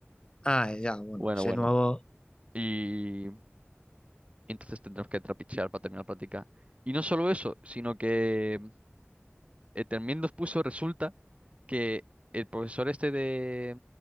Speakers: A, on the left; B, on the right.
A: Ah, ya, bueno.
B: Bueno,
A: Si
B: bueno.
A: es nuevo,
B: Y entonces tendremos que trapichear para terminar la práctica. Y no solo eso, sino que eh, también nos puso, resulta que el profesor este de,